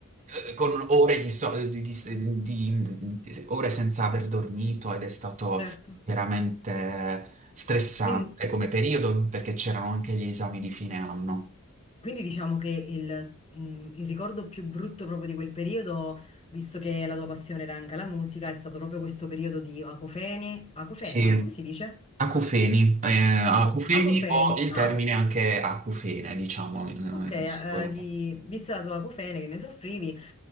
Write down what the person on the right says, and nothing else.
eh, con ore di, so- di- di- di- di- ore senza aver dormito ed è stato
veramente stressante
come periodo perché c'erano anche gli esami di fine anno.
Sì,
acufeni, eh, acufeni
o il
termine anche acufene, diciamo, in,
in singolare.